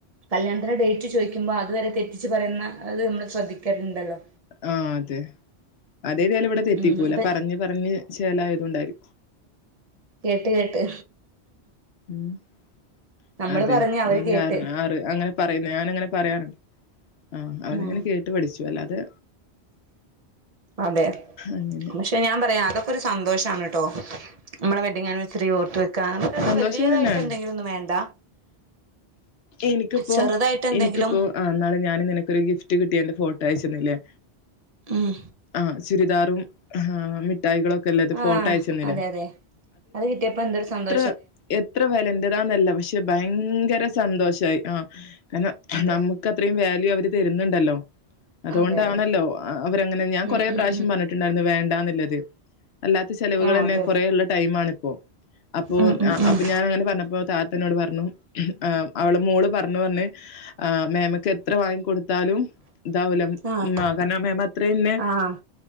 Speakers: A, on the right; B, on the left.
A: കല്യാണത്തിന്റെ ഡേറ്റ് ചോദിക്കുമ്പോ അതുവരെ തെറ്റിച്ച് പറയുന്ന അത് നമ്മൾ ശ്രദ്ധിക്കലുണ്ടല്ലോ?
B: ആഹ അതെ അതേതായാലും ഇവിടെ തെറ്റിക്കൂല
A: ഉം ഇപ്പ
B: പറഞ്ഞ് പറഞ്ഞ് ചേലയതോണ്ടായിരിക്കും.
A: കേട്ട് കേട്ട്.
B: ഉംഹ്അതെ.
A: നമ്മള് പറഞ്ഞ്
B: <unintelligible>
A: അവര് കേട്ട്
B: ഏ അങ്ങനെ പറയുന്നേ ഞാനങ്ങനെ പറയാറുണ്ട്. ആ അവരങ്ങനെ
A: ഉം
B: കേട്ട് പഠിച്ചു അല്ലാതെ.
A: അതെ
B: അങ്ങനെ
A: പക്ഷെ ഞാൻ പറയാം അതൊക്കെ ഒരു സന്തോഷാണ് ട്ടോ. നമ്മള വെഡിംഗ് ആനുവേർസറി ഓർത്ത് വെ
B: സന്തോഷം
A: വല്ല്യതായിട്ട്
B: തന്നെയാണ്
A: എന്തെങ്കിലും ഒന്നും വേണ്ട.
B: എനിക്കിപ്പോ
A: ചെറുതായിട്ട് എന്തെങ്കിലും
B: എനിക്കിപ്പോ. ആഹ് ഇന്നാള് ഞാൻ നിനക്കൊരു ഗിഫ്റ്റ് കിട്ടേന്റെ ഫോട്ടോ അയച്ചന്നില്ലേ.
A: ഉം
B: ആഹ് ചുരിദാറും ആഹ് മിഠായികളും ഒക്കെള്ളത് ഫോട്ടയച്ചെന്നില്ലേ.?
A: ആഹ് അതെ അതെ അത് കിട്ടിയപ്പ എന്തരു സന്തോഷ
B: എത്ര എത്ര വെലന്റതാന്നല്ല. പക്ഷെ ഭയങ്കര സന്തോഷായി. ആഹ്. കരണം നമ്മക്ക്
A: അതെ
B: നമ്മുക്കത്രയും വാല്യൂ അവര് തരുന്നുണ്ടല്ലോ അതുകൊണ്ടാണല്ലോ
A: അതെ അതെ
B: അവരങ്ങനെ ഞാൻ
A: ഉം
B: കൊറെേ
A: ഉം
B: പ്രാവശ്യം
A: ഉം
B: പറഞ്ഞിട്ടുണ്ട്. പറഞ്ഞിട്ടുണ്ടായിരുന്നു വേണ്ടാന്നുള്ളത്. അല്ലാത്ത ചെലവുകളന്നെ
A: ആഹ് അതെ
B: കുറേള്ള ടൈമാണിപ്പോ. അപ്പൊ
A: ഉം ഉം ഉം
B: അപ്പൊ ഞാൻ അങ്ങനെ പറഞ്ഞപ്പോ താത്തന്നോട് പറഞ്ഞു ആഹ് അവള് മോള് പറഞ്ഞൂ പറഞ്ഞ്. ആഹ് മേമക്ക് എത്ര വാങ്ങി കൊടുത്താലും. ഇതാവൂല മ്മ
A: ആഹ്
B: കാരണം മേമ അത്രയുന്നെ
A: ആഹ്